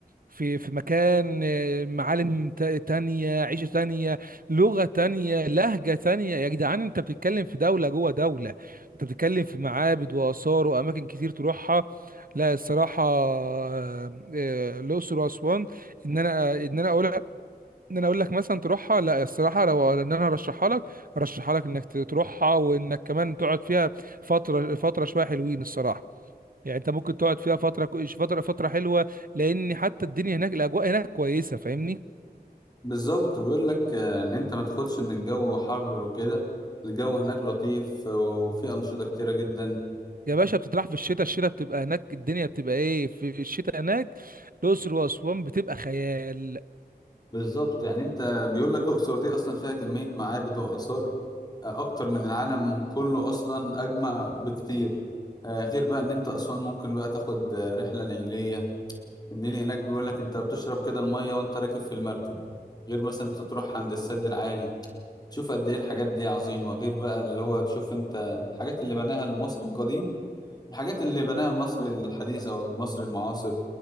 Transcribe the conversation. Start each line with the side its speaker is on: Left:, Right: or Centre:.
Right: في في مكان آه، معالم تا- تانية عيشة تانية لغة تانية لهجة تانية يا جدعان انت بتتكلم في دولة جوه دولة انت بتتكلم في معابد وآثار وأماكن كتير تروحها لا الصراحة آه، آه، الأقصر وأسوان إن أنا إن أنا أقول إن أنا أقول لك مثلا تروحها لا الصراحة لو إن أنا هرشحها لك هرشحها لك إنك تروحها وإنك كمان تقعد فيها فترة فترة شوية حلوين الصراحة يعني انت ممكن تقعد فيها فتره كو- فتره فتره حلوه لان حتى الدنيا هناك الاجواء هناك كويسه فاهمني
Left: بالظبط بيقول لك آه، ان انت ما تاخدش ان الجو حر وكده الجو هناك لطيف آه، وفي انشطة كتيرة جدا
Right: يا باشا بتطرح في الشتاء الشتاء بتبقى هناك الدنيا بتبقى ايه في الشتاء هناك الاقصر واسوان بتبقى خيال
Left: بالظبط يعني انت بيقول لك الاقصر دي اصلا فيها كميه معابد واثار آه، اكتر من العالم كله اصلا اجمع بكتير آه، غير بقى ان انت اسوان ممكن بقى تاخد آه، رحله نيليه النيل هناك بيقول لك انت بتشرب كده الميه وانت راكب في المركب غير مثلا انت تروح عند السد العالي تشوف قد ايه الحاجات دي عظيمه غير بقى اللي هو تشوف انت الحاجات اللي بناها المصري القديم الحاجات اللي بناها المصري الحديث او المصري المعاصر